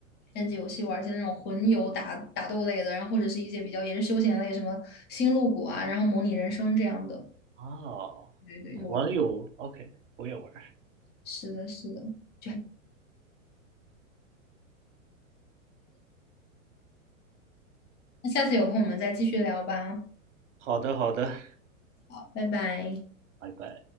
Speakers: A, on the left; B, on the right.
A: 单机游戏玩一些那种魂游打打斗类的，然后或者是一些比较也是休闲类，什么星露谷啊，然后模拟人生这样的，
B: 啊？哦，
A: 对对，
B: 魂游，OK，
A: 就玩。
B: 我也玩。
A: 是的，是的，就还那下次有空我们再继续聊吧，
B: 好的好的，
A: 好拜拜。
B: 拜拜。